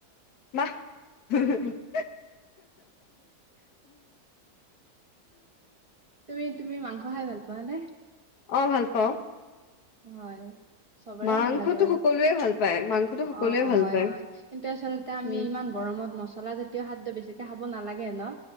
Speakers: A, on the left; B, on the right.
A: <inaudible>
B: তুমি তুমি মাংস খাই ভাল পোৱা নে?
A: অঁ ভাল পাও।
B: হয় চবৰে
A: মাংসটো
B: ভাল লাগে বাৰু,
A: সকলোৱে ভাল পায়, মাংসটো সকলোৱে
B: অঁ
A: ভাল
B: হয়
A: পায়।
B: হয় কিন্তু আচলতে আমি
A: উম,
B: ইমান গৰমত মচলাজাতীয় খাদ্য বেছিকে খাব নালাগে ন,